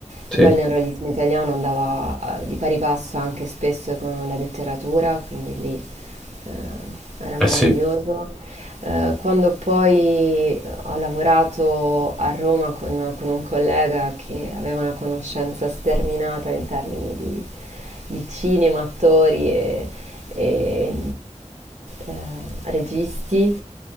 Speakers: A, in the centre; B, on the right.
A: sì.
B: e poi il neorealismo italiano andava eh, di pari passo anche spesso con la letteratura, quindi lì, ehm, era
A: Eh
B: meraviglioso.
A: sì,
B: Ehm, quando poi ho lavorato a Roma con, con un collega che aveva una conoscenza sterminata in termini di, di cinema, attori e, e, eh, registi.